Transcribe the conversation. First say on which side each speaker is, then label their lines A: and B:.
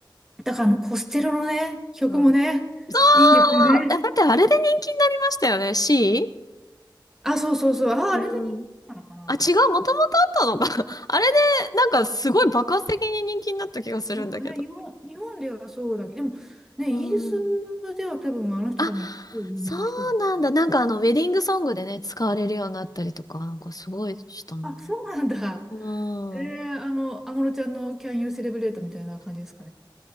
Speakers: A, in the centre; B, on the left.
A: だからあのコステロのね、曲もね、
B: うん。そ
A: いいんですよね。
B: う。え、だってあれで人気になりましたよね。C?
A: あ、そうそうそう。あ、
B: うん。
A: あれで人気なのかな。
B: あ、違う、もともとあったのか。<laughs> あれで、なんかすごい爆発的に人気になった気がするんだけど。
A: なんかね、日本、日本ではそうだけど、でもね、
B: うん。
A: イギリスでは多分あの人多分一応有名な人ですね。
B: あ、そうなんだ。なんかあの、ウェディングソングでね、使われるようになったりとか、なんかすごいしたのね。
A: あ、そうなんだ。
B: うん。
A: えー、あの、安室ちゃんの Can You Celebrate みたいな感じですかね。